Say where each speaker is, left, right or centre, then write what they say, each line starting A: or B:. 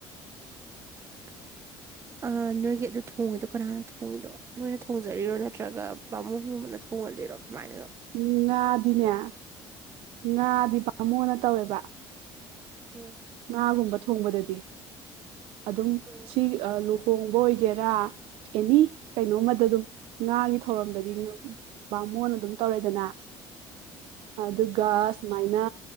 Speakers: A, on the right; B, on the right.
A: <inaudible> ꯑ ꯅꯣꯏꯒꯤ ꯑꯗꯨ ꯊꯣꯡꯉꯤꯗꯣ ꯀꯅꯥꯅ ꯊꯣꯡꯉꯤꯅꯣ ꯅꯣꯏꯅ ꯊꯣꯡꯖꯔꯤꯔꯣ ꯅꯠꯇ꯭ꯔꯒ ꯕꯥꯃꯣꯟꯒꯨꯝꯕꯅ ꯊꯣꯡꯉ <unintelligible> ꯔꯛ ꯃꯥꯏꯅꯤꯅꯣ
B: ꯎꯝ ꯉꯥꯗꯤꯅꯦ ꯉꯥꯗꯤ ꯄꯕꯥꯥꯃꯣꯅ ꯇꯧꯋꯦꯕ
A: ꯎꯝ
B: ꯉꯥꯒꯨꯝꯕ ꯊꯣꯡꯕꯗꯗꯤ ꯑꯗꯨꯝ
A: ꯎꯝ
B: ꯁꯤ ꯂꯨ ꯍꯣꯡꯕ ꯑꯣꯏꯒꯦꯔꯥ ꯑꯦꯅꯤ ꯀꯩꯅꯣꯃꯗ ꯑꯗꯨꯝ ꯉꯥꯒꯤ ꯊꯧꯔꯝꯗꯗꯤ ꯑꯃꯨꯛꯅ ꯑꯗꯨꯝ ꯇꯧꯔꯦꯗꯅ ꯑꯗꯨꯒ ꯁꯨꯃꯥꯏꯅ